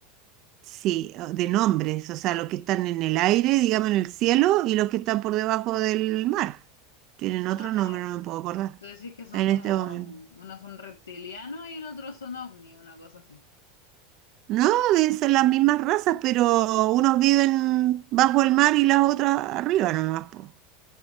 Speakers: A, on the right; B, on the left.
A: sí, o- de nombres, o sea, los que están en el aire, digamos en el cielo, y los que están por debajo del mar. Tienen otro
B: Ah,
A: nombre,
B: ya.
A: no me puedo acordar
B: Tú decís que son
A: en
B: como,
A: este momento.
B: unos son reptilianos y el otro son ovni, una cosa así.
A: No, deben ser las mismas razas, pero unos viven bajo el mar y las otras arriba nomás, po.